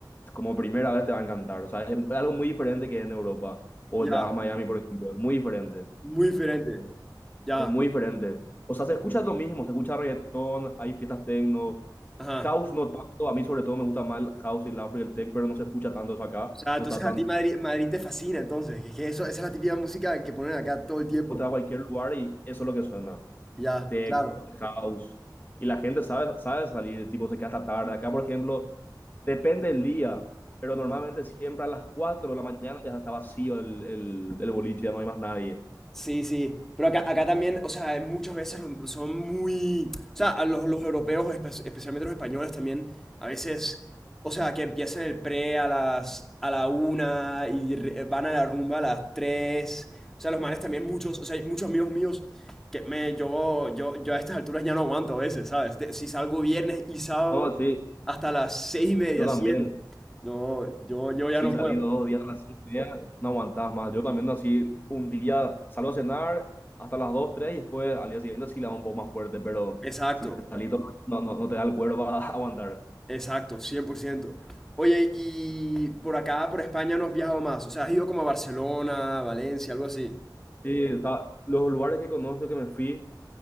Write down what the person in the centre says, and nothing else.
ya,
muy diferente. Ya,
ajá.
O sea, entonces
a ti Madrid, Madrid te fascina, entonces. Es que eso, esa es la típica música que ponen acá todo el tiempo.
Ya,
claro.
Sí, sí, pero acá, acá también, o sea, hay muchas veces lo- son muy, o sea, a los, los europeos, espe- especialmente los españoles también, a veces, o sea, que empiezan el pre a las, a la una y re- van a la rumba a las tres, o sea, los manes también muchos, o sea, hay muchos amigos míos que me, yo, yo, yo a estas alturas ya no aguanto a veces, ¿sabes? De- si salgo viernes y sábado
hasta las seis y media,
siete, no, yo, yo ya
no
puedo,
exacto.
Exacto, 100%. Oye, y por acá, por España, no has viajado más. O sea, has ido como a Barcelona, Valencia, algo así.